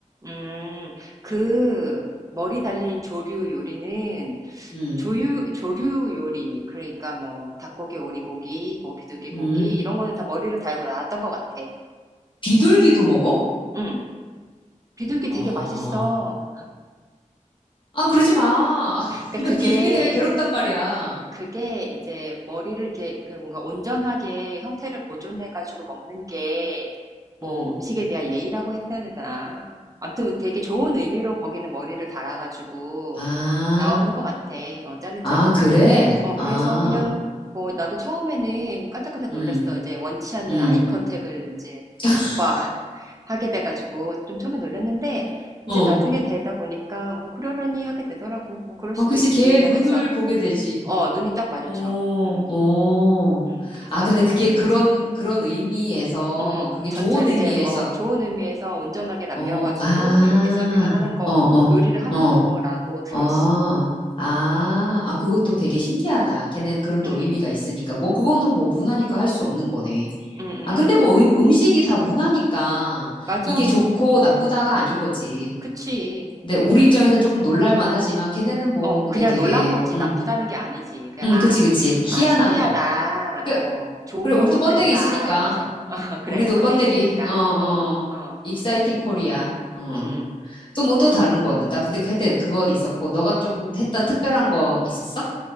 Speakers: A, on the right; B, on the left.
A: 음. 그 머리 달린 조류 요리는
B: 음,
A: 조류 조류 요리 그러니까 뭐 닭고기, 오리고기, 뭐 비둘기
B: 음.
A: 고기 이런 거는 다 머리를 달고 나왔던 것 같아.
B: 비둘기도 먹어?
A: 응, 비둘기
B: 아,
A: 되게 맛있어.
B: 아, 그러지 마. <laughs>
A: 그러니까
B: 나
A: 그게
B: 비둘기 때문에 괴롭단 말이야.
A: 그게 이제 머리를 이렇게 그 뭔가 온전하게 형태를 보존해가지고 먹는 게 뭐
B: 음,
A: 음식에 대한 예의라고 해야 되나? 아무튼 되게 좋은 의미로 거기는 머리를 달아가지고
B: 아,
A: 나오는 것 같아. 어, 자르지
B: 아,
A: 않고.
B: 그래?
A: 어,
B: 아,
A: 그래서 그냥 뭐 나도 처음에는 깜짝깜짝 놀랐어.
B: 음,
A: 이제 원치 않는
B: 음.
A: 아이 컨택을 이제
B: <laughs>
A: 닭과 <laughs> 하게 돼가지고 좀 처음에 놀랐는데
B: 어,
A: 이제 나중에 되다 보니까 뭐 그러려니 하게 되더라고. 뭐 그럴 수도
B: 어, 그치.
A: 있지
B: 걔
A: 하면서
B: 눈을 보게 되지.
A: 어, 눈이 딱 마주쳐.
B: 오,
A: 음,
B: 오.
A: 음. 그래서
B: 아,
A: 깜짝깜짝
B: 근데 그게
A: 놀랬지.
B: 그런, 그런 의미에서,
A: 음,
B: 그게
A: 전체를
B: 좋은 의미에서,
A: 이제, 어, 좋은 의미에서 온전하게 남겨가지고,
B: 어, 아,
A: 이렇게 서빙을 하는 거,
B: 어, 어,
A: 요리를 하는
B: 어,
A: 거라고 들었어.
B: 어, 아,
A: 음,
B: 아, 그것도 되게 신기하다. 걔네는 그런 또
A: 음,
B: 의미가 있으니까. 뭐, 그거는 뭐 문화니까 할 수 없는 거네.
A: 음, 음,
B: 아,
A: 음.
B: 근데 뭐 음, 음식이 다 문화니까
A: 맞아.
B: 이게 좋고 나쁘다가 아닌 거지.
A: 그치.
B: 근데 우리 입장에서는 조금 놀랄만 하지만 걔네는 뭐
A: 어,
B: 그게
A: 그냥
B: 되게,
A: 놀란 거지.
B: 음,
A: 나쁘다는 게 아니지. 그냥,
B: 음,
A: 아,
B: 그치, 그치. 희한한
A: 아, 신기하다.
B: 거. 그,
A: 어, 좋은
B: 그래,
A: 경험을
B: 우리도 번데기
A: 했다.
B: 있으니까.
A: 이러면서,
B: 음,
A: <laughs> 어,
B: 우리도
A: 그래. 번데기
B: 번데기.
A: 있으니까.
B: 어, 어.
A: 어, 어,
B: 익사이팅 코리아. 어.
A: 음.
B: 또 뭐 또 다른 거는. 나 그때 할땐 그건 있었고, 너가 조금 했던 특별한 거 있었어?